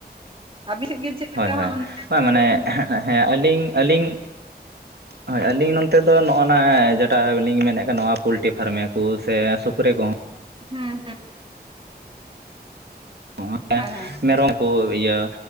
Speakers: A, on the right; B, on the right.
A: ᱟᱯᱮ ᱥᱮᱫ ᱜᱮ ᱪᱮᱫᱮᱠᱟ
B: ᱦᱳᱭ ᱦᱳᱭ
A: ᱦᱟᱸᱜ ᱚᱱᱟᱥᱛᱟ
B: ᱵᱟᱝ ᱢᱟᱱᱮ
A: ᱛᱤᱱᱟᱹᱜ? <inaudible>
B: ᱦᱮᱸ ᱟᱹᱞᱤᱧ ᱟᱹᱞᱤᱧ,
A: <unintelligible>
B: ᱦᱳᱭ ᱟᱹᱞᱤᱧ ᱱᱚᱱᱚᱛᱮ ᱫᱚ ᱱᱚᱜᱼᱚ ᱱᱟ ᱡᱮᱴᱟ ᱞᱤᱧ ᱢᱮᱱᱮᱫ ᱠᱟᱱ ᱱᱚᱣᱟ ᱯᱳᱞᱴᱤ ᱯᱷᱟᱨᱢᱮ ᱠᱚ ᱥᱮ ᱥᱩᱠᱨᱤ ᱠᱚᱦᱚᱸ,
A: ᱦᱮᱸ ᱦᱮᱸ
B: <inaudible>
A: ᱦᱮᱸ ᱦᱮᱸ
B: ᱢᱮᱨᱚᱢ, ᱠᱚ ᱤᱭᱟᱹ